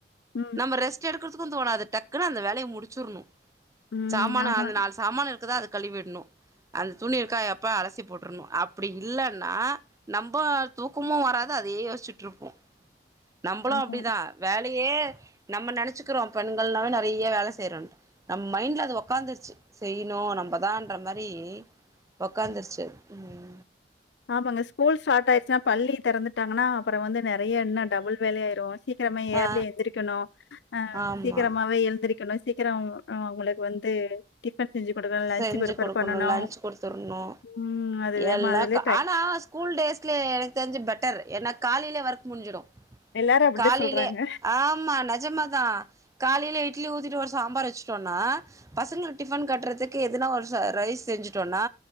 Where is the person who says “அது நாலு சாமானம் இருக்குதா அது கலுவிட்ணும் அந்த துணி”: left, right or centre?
Right